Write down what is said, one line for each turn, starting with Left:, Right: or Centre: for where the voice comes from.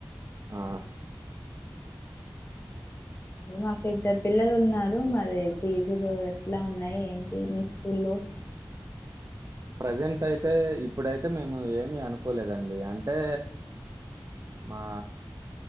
Right: ఆ
Left: మాకు ఇద్దరు పిల్లలు ఉన్నారు మరి ఫీజులు ఎట్లా ఉన్నాయి ఏంటి మీ స్కూల్ల్లో
Right: ప్రజెంట్ అయితే ఇప్పుడైతే మేము ఏమి అనుకోలేదండి అంటే మా